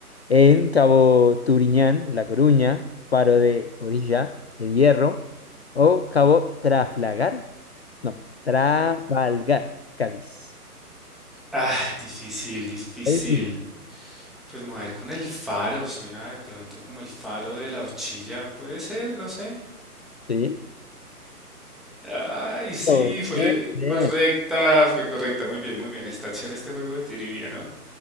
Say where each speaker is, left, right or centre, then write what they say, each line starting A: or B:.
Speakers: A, on the left (about 45°); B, in the centre.
A: En Cabo Turiñán, La Coruña, Faro de Orilla, El Hierro o Cabo Trafalgar? No, Trafalgar, Cádiz.
B: Ah, difícil, difícil.
A: Ahí Sí.
B: Pues me voy a ir con el faro. Suena de pronto como el faro de la horchilla. Puede ser, no sé.
A: Sí.
B: Ay, sí,
A: Oh,
B: fue
A: bien, bien.
B: correcta, fue correcta. Muy bien, muy bien. Está chévere este juego de trivia, no